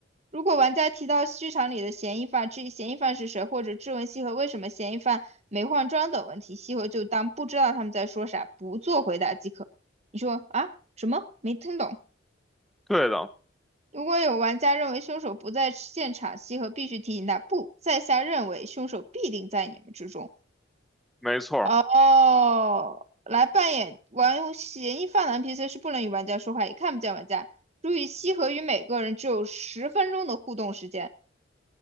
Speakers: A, on the right; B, in the centre.
A: 如果玩家提到剧场里的嫌疑犯，质疑嫌疑犯是谁，或者质问西河为什么嫌疑犯没换装等问题，西河就当不知道他们在说啥，不做回答即可。你说啊？什么？没听懂。
B: 对的，
A: 如果有玩家认为凶手不在现场，西河必须提醒他不，在下认为凶手必定在你们之中。
B: 没错儿。
A: 哦，来扮演玩嫌疑犯的 NPC 是不能与玩家说话，也看不见玩家。注意，西河与每个人只有十分钟的互动时间